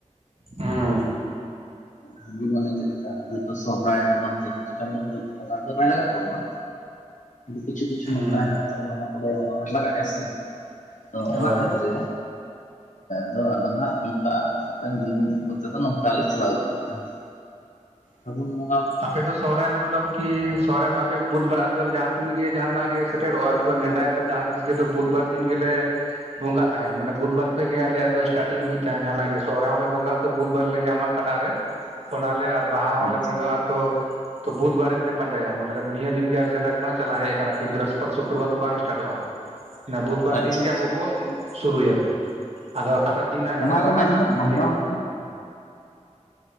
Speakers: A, on the right (about 55°); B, on the left (about 80°).
A: ᱦᱩᱸ
B: ᱦᱟᱺᱰᱤ ᱢᱟᱱᱮ ᱪᱮᱫᱠᱟ ᱦᱭᱛᱳ ᱥᱚᱦᱨᱟᱭ ᱨᱮ ᱫᱚ ᱦᱟᱺᱰᱤ ᱫᱚ ᱵᱟᱭ ᱞᱟᱜᱟᱜ ᱛᱟᱵᱚᱱᱟ᱾ ᱠᱤᱪᱷᱩ ᱠᱤᱪᱷᱩ
A: ᱦᱩᱸ
B: ᱱᱚᱝᱠᱟ ᱦᱮᱱᱟᱜ ᱛᱟᱵᱚᱱᱟ ᱚᱱᱟ ᱠᱚᱫᱚ ᱞᱟᱜᱟᱜᱼᱟ ᱥᱮ? ᱟᱫᱚ ᱚᱱᱟ
A: ᱦᱳᱭ
B: ᱠᱷᱮᱛᱨᱮ ᱨᱮ ᱫᱚ ᱟᱫᱚ ᱦᱟᱸᱜ ᱚᱱᱠᱟ ᱢᱤᱫᱴᱟᱝ ᱫᱤᱱ ᱠᱚᱛᱮ ᱫᱚ ᱱᱚᱝᱠᱟ ᱞᱮ ᱪᱟᱞᱟᱣ ᱟᱜᱩ <inaudible> ᱯᱷᱟᱜᱩᱱ ᱢᱚ
A: ᱟᱯᱮ ᱫᱚ ᱥᱚᱦᱚᱨᱟᱭ ᱢᱚᱛᱞᱚᱵ ᱠᱤ ᱥᱚᱦᱚᱨᱮ ᱵᱟᱯ ᱯᱮ ᱵᱩᱫᱷᱵᱟᱨ ᱟᱞᱮ ᱫᱚ ᱞᱮ ᱡᱟᱦᱟᱸ ᱛᱤᱱᱹᱜ ᱜᱮ ᱡᱟᱦᱟᱱᱟᱜ ᱜᱮ ᱥᱮᱴᱮᱨᱚᱜ-ᱟ ᱟᱞᱮ ᱫᱚ ᱱᱮᱰᱟᱭᱟᱞᱮ ᱡᱟᱦᱟᱸ ᱛᱤᱥ ᱜᱮ ᱵᱩᱫ ᱵᱟᱨ ᱫᱤᱱ ᱜᱮᱞᱮ ᱵᱚᱸᱜᱟᱜ ᱛᱟᱦᱮᱸ ᱢᱟᱱᱮ ᱵᱩᱫ ᱵᱟᱨ ᱠᱷᱚᱡ ᱜᱮ ᱟᱞᱮᱭᱟᱜ ᱫᱚ ᱥᱴᱟᱴᱤᱝ ᱦᱩᱭᱩᱜ ᱛᱟᱦᱮᱸᱜ ᱡᱟᱦᱟᱱᱟᱜ ᱜᱮ ᱥᱚᱦᱚᱨᱟᱭ ᱦᱚᱸᱞᱮ ᱵᱚᱸᱟᱜ ᱛᱚ ᱵᱩᱫᱷ ᱵᱟᱨ ᱞᱮ ᱧᱟᱢᱟ ᱠᱟᱴᱟᱜ ᱨᱮ ᱚᱱᱟᱞᱮ ᱟᱨ ᱵᱟᱦᱟ
B: ᱟᱪᱪᱷᱟ
A: ᱦᱚᱸᱞᱮ ᱵᱚᱸᱜᱟᱜᱼᱟ ᱛᱚ ᱛᱚ ᱵᱩᱫ ᱵᱟᱨ ᱜᱮᱞᱮ ᱯᱟᱸᱡᱟᱭᱟ ᱢᱚᱛᱞᱚᱵ ᱱᱤᱭᱟᱹ ᱫᱤᱱ ᱜᱮ ᱟᱞᱮ ᱥᱮᱫᱟᱭ ᱠᱷᱚᱱᱟᱜ ᱪᱟᱞᱟᱜ ᱦᱮᱡ ᱟᱠᱟᱱᱟ ᱠᱤ ᱵᱨᱤᱦᱚᱥᱯᱚᱛ ᱥᱩᱠᱨᱚᱵᱟᱨ ᱫᱚ ᱵᱟᱝ ᱥᱴᱟᱨᱴᱚᱜᱼᱟ ᱚᱱᱟ ᱵᱩᱫᱷᱵᱟᱨ
B: ᱟᱪᱪᱷᱟ
A: ᱫᱤᱱᱜᱮ
B: ᱟᱪᱪᱷᱟ
A: ᱟᱵᱚ ᱵᱚ ᱥᱩᱨᱩᱭᱟ ᱟᱫᱚ ᱚᱠᱟᱴᱟᱜ ᱫᱤᱱ ᱦᱟᱸᱜ ᱧᱟᱢᱚᱜ
B: ᱚᱱᱟ ᱨᱮᱱᱟᱜ
A: ᱠᱟᱱᱟ ᱦᱟᱸᱜ ᱱᱤᱭᱟᱹ
B: <unintelligible>